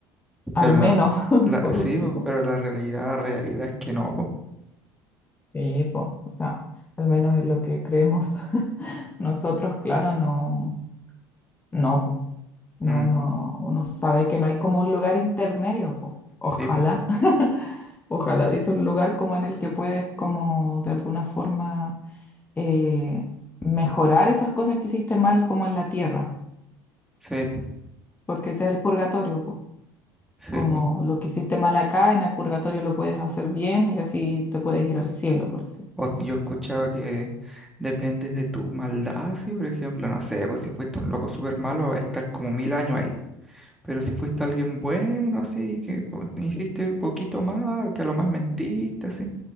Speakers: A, on the left; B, in the centre.
A: Al
B: Pero
A: menos,
B: la,
A: <laughs>
B: la
A: por último.
B: sí, pues pero la realidad, la realidad es que no, pues
A: Sí, pues, o sea, al menos es lo que creemos <laughs> nosotros, claro, no, no, pues. No,
B: Mm,
A: no, uno sabe que no hay como un lugar intermedio, po. Ojalá,
B: sí, pues
A: <laughs> ojalá hubiese un lugar como en el que puedes como de alguna forma eh, mejorar esas cosas que hiciste mal como en la tierra,
B: sí, pues
A: porque ese es el purgatorio, po.
B: sí,
A: Como
B: po.
A: lo que hiciste mal acá, en el purgatorio lo puedes hacer bien y así te puedes ir al cielo, por así.
B: O si yo he escuchado que depende de tu maldad, si por ejemplo, no sé, pues si fuiste un loco súper malo, vas a estar como mil años ahí. Pero si fuiste alguien bueno, así, que po- hiciste poquito mal, que a lo más mentiste, así,